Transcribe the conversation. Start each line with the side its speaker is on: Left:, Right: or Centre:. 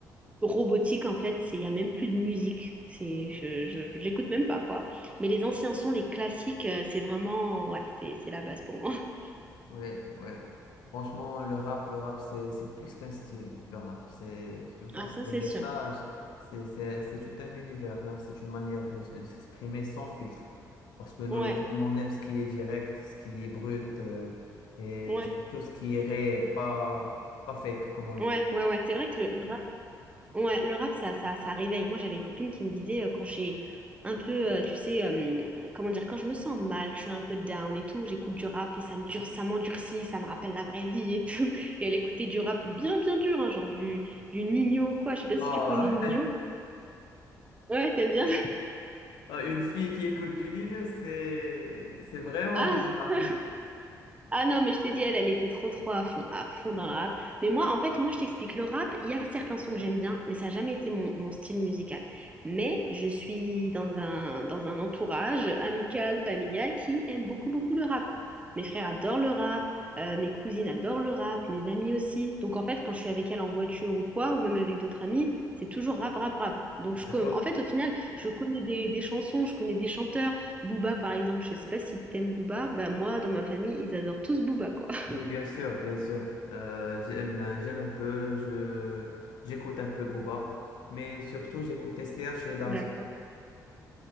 Right: robotique en fait, c'est il y a même plus de musique, c'est je, je- j'écoute même pas quoi. Mais les anciens sons, les classiques, euh, c'est vraiment ouais, c'est c'est la base pour moi. <laughs>
Left: Ouais, ouais. Franchement, le rap, le rap, c'est, c'est plus qu'un style, le rap. C'est, tu vois,
Right: Ah
Left: c'est
Right: ça
Left: des
Right: c'est
Left: messages,
Right: sûr.
Left: c'est, c'est, c'est tout un univers, hein. C'est une manière de, de s'exprimer sans filtre. Parce que nous,
Right: Ouais,
Left: les hommes, on aime ce qui est direct, ce qui est brut, euh, et
Right: ouais,
Left: surtout ce qui est réel, pas, pas fake, comme on dit.
Right: ouais, ouais, ouais. C'est vrai que le, le rap, ouais, le rap ça ça ça réveille. Moi j'avais une copine qui me disait euh, quand j'ai un peu, euh, tu sais, euh, comment dire, quand je me sens mal, je suis un peu down et tout, j'écoute du rap et ça me dure, ça m'endurcit, ça me rappelle la vraie vie et <laughs> tout. Et elle écoutait du rap bien bien dur, hein, genre du du Nino ou quoi. Je sais pas
Left: Bah,
Right: si tu connais Nino. Ouais, t'aimes bien?
Left: <laughs> une fille qui écoute du Nino, c'est, c'est vraiment
Right: Ah,
Left: bizarre.
Right: <laughs> ah non, mais je t'ai dit, elle, elle était trop, trop à fond, à fond dans le rap. Mais moi, en fait, moi, je t'explique, le rap, il y a certains sons que j'aime bien, mais ça n'a jamais été mon, mon style musical. Mais je suis dans un, dans un entourage amical, familial, qui aime beaucoup, beaucoup le rap. Mes frères adorent le rap, euh, mes cousines adorent le rap, mes amis aussi. Donc, en fait, quand je suis avec elle en voiture ou quoi, ou même avec d'autres amis, c'est toujours rap, rap, rap. Donc,
Left: D'accord?
Right: je, com- en fait, au final, je connais des, des chansons, je connais des chanteurs. Booba, par exemple, je sais pas si t'aimes Booba, bah moi, dans ma famille, ils adorent tous Booba, quoi. <laughs>
Left: Oui, bien sûr, bien sûr. Euh, j'aime, j'aime un peu, je, j'écoute un peu Booba, mais surtout j'écoute S T H et Damso.
Right: D'accord.